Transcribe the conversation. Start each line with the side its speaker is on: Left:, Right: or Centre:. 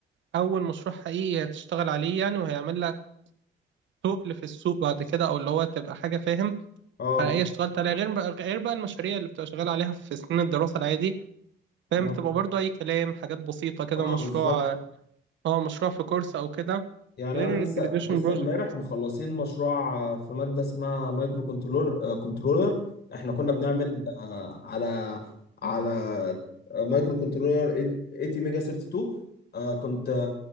Right: أول مشروع حقيقي هتشتغل عليه يعني وهيعمل لك تقل في السوق بعد كده أو اللي هو تبقى حاجة فاهم
Left: اه
Right: حقيقية اشتغلت عليها غير بقى غير بقى المشاريع اللي بتبقى شغال عليها في سنين الدراسة العادي فاهم
Left: ما-
Right: بتبقى برضو أي كلام حاجات بسيطة كده
Left: اه
Right: مشروع
Left: بالظبط
Right: اه مشروع في كورس أو كده
Left: يعني
Right: غير
Left: انا لسه
Right: الجراديويشن
Left: لسه
Right: بروجكت
Left: امبارح مخلصين مشروع آه، في ماده اسمها مايكرو كنترولر آه، كنترولر احنا كنا بنعمل آه، على على آه، مايكرو كنترولر 80 ميجا 32 آه، كنت